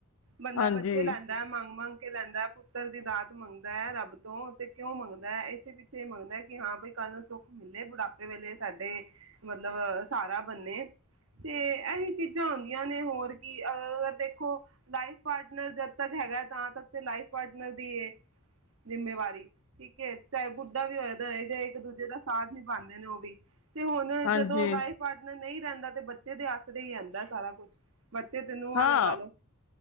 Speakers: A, on the right (about 70°); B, on the left (about 70°).
A: ਬੰਦਾ
B: ਹਾਂਜੀ
A: ਬੱਚੇ ਲੈਂਦਾ ਹੈ। ਮੰਗ-ਮੰਗ ਕੇ ਲੈਂਦਾ ਪੁੱਤਰ ਦੀ ਦਾਤ ਮੰਗਦਾ ਹੈ। ਰੱਬ ਤੋਂ ਤੇ ਕਿਉਂ ਮੰਗਦਾ ਹੈ। ਇਸੇ ਪਿੱਛੇ ਮੰਗਦਾ ਕਿ ਹਾਂ ਬਈ ਕੱਲ ਨੂੰ ਸੁੱਖ ਮਿਲੇ ਬੁਢਾਪੇ ਵੇਲੇ ਸਾਡੇ ਮਤਲਬ ਸਾਰਾ ਬੰਨੇ ਤੇ ਇਹੀ ਚੀਜ਼ਾਂ ਆਉਂਦੀਆਂ ਨੇ ਹੋਰ ਕਿ ਦੇਖੋ ਲਾਈਫ ਪਾਰਟਨਰ ਜਦ ਤੱਕ ਹੈਗਾ ਤ ਤੱਕ ਤੇ ਲਾਈਫ ਪਾਰਟ ਦੀ ਇਹ ਜਿੰਮੇਵਾਰੀ ਠੀਕ ਹੈ। ਚਾਹੇ ਬੁੱਢਾ ਵੀ ਹੋਏਗਾ ਇੱਕ ਦੂਜੇ ਦਾ ਸਾਥ ਨਿਭਾਦੇ ਨੇ ਉਹ ਵੀ। ਤੇ ਹੁਣ
B: ਹਾਂਜੀ
A: ਜਦੋਂ ਲਾਈਫ ਪਾਰਟਨਰ ਨਹੀਂ ਰਹਿੰਦਾ ਤੇ ਬੱਚੇ ਦੇ ਆਸਰੇ ਹੀ ਰਹਿੰਦਾ ਸਾਰਾ ਕੁਛ। ਬੱਚੇ ਤੇ ਨੂੰਹਾਂ
B: ਹਾਂ
A: ਲਗਾ ਲੋ।